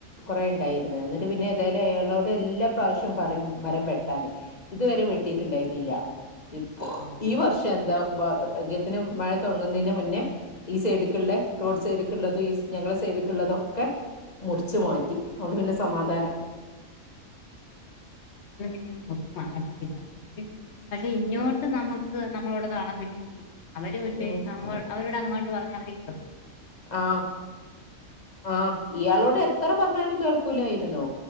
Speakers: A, on the left; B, on the left.
A: കുറെ ഉണ്ടായിരുന്നു എന്നിട്ട് പിന്നെ ഏതായാലും അയാളോട് എല്ലാ പ്രാവശ്യം പറയും മരം വെട്ടാന്. ഇതുവരെ വെട്ടിട്ടുണ്ടായിരുന്നില്ല. ഇപ്പൊ
B: ഉം
A: ഈ വർഷം എന്താ. ഭാഗ്യത്തിന് മഴ തുടങ്ങുന്നതിന് മുന്നേ. ഈ സൈഡിക്കുള്ളെ റോഡ് സൈഡിക്ക ഉള്ളതും ഈ ഞങ്ങളുടെ സൈഡിക്കള്ള തൊക്കെ. മുറിച്ചു മാറ്റി. അതു കൊണ്ട് പിന്നെ സമാധാനം.
B: ഇവിടെ പിന്നെ മുറിച്ച് മാറ്റത്തില്ല. അവര് പക്ഷെ ഇങ്ങോട്ട് നമുക്ക് നമ്മളവിടെ താളം വിടുകയും ചെയ്യും. അവര് പക്ഷേ
A: ഉം
B: അവരോട് അങ്ങോട്ട് പറഞ്ഞ അവര് കേക്കത്തുല്ല.
A: ആഹ് ആഹ് ഇയാളോട് എത്ര പറഞ്ഞാലും കേൾക്കൂലായിരുന്നു.